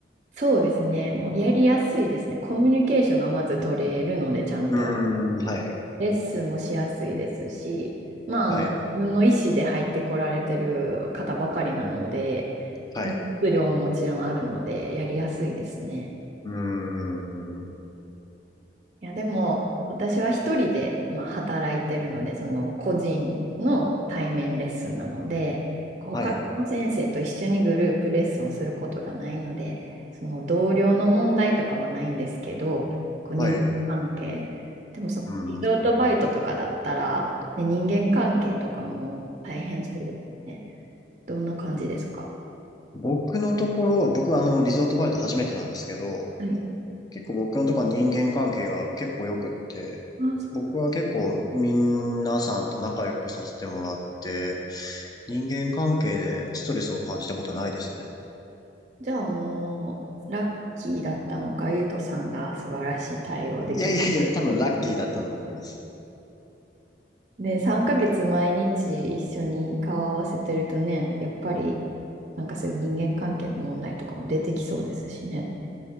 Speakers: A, on the right; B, on the left.
A: そうですね。もうやりやすいですね。コミュニケーションがまず取れるので、ちゃんと。
B: うーん、はい、
A: レッスンもしやすいですし、まあ、
B: はい、
A: あの、自分の意思で入ってこられてる方ばかりなので、
B: はい、
A: 熱量ももちろんあるので、やりやすいですね。
B: うーん、
A: いや、でも、私は一人で、まあ、働いてるので、その個人の対面レッスンなので、こう他の先生と一緒にグループレッスンをすることがないので、
B: はい、
A: その同僚の問題とかはないんですけど、こう人間関係。
B: はい、う
A: でも、そのリゾートバイトとかだったら、
B: ん。
A: ね、人間関係とかも大変そうですよね。どんな感じですか
B: 僕のところは、僕はあの、リゾートバイト初めてなんですけど、
A: はい。
B: 結構僕のとこは人間関係が結構良くって、
A: あ、そうなんだ。
B: 僕は結構皆さんと仲良くさせてもらって、人間関係でストレスを感じたことないですね。
A: じゃあもう、ラッキーだったのか、ゆうとさんが素晴らしい対応できる。
B: いやいやいや、多分ラッキーだったんだと思います。
A: で、3ヶ月毎日一緒に顔合わせてるとね、やっぱりなんかそういう人間関係の問題とかも出てきそうですしね。